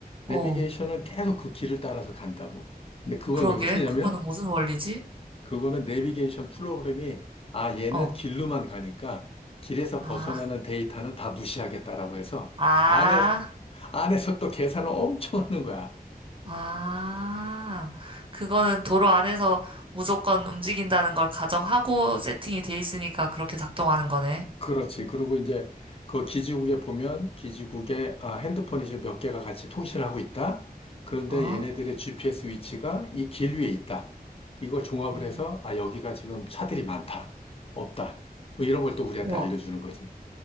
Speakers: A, on the left; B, on the right.
A: 내비게이션은
B: 어.
A: 계속 그 길을 따라서 간다고. 근데 그건
B: 그러게,
A: 왜 그러냐면,
B: 그거는 무슨 원리지?
A: 그거는 내비게이션 프로그램이 아 얘는
B: 어,
A: 길로만 가니까 길에서
B: 아,
A: 벗어나는 데이터는 다 무시하겠다라고 해서
B: 아,
A: 안에 안에서 또 계산을 엄청 하는 거야.
B: 아. 그거는 도로 안에서 무조건 움직인다는 걸 가정하고 세팅이 돼 있으니까 그렇게 작동하는 거네.
A: 그렇지. 그리고 이제 그 기지국에 보면 기지국에 아, 핸드폰이 지금 몇 개가 같이 통신을 하고 있다. 그런데
B: 어?
A: 얘네들의 GPS 위치가 이 길 위에 있다. 이걸 종합을
B: 음,
A: 해서 아 여기가 지금 차들이 많다. 없다. 뭐 이런 걸 또 우리한테
B: 우와.
A: 알려주는 거지.